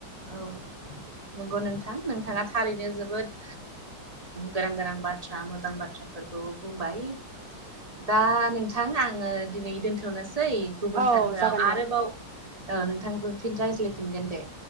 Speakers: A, on the right; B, on the right.
A: औ नंगौ नोंथां नोंथाङा। थारैनो जोबोद गोनां गोनां बाथ्रा मोजां बाथ्राफोरखौ बुंबाय। दा नोंथां आङो दिनै दोनथ'नोसै। गुबुन
B: औ
A: सानफोराव
B: जागोन दे
A: आरोबाव ओ नोंथांजों फिन रायज्लायफिनगोन दे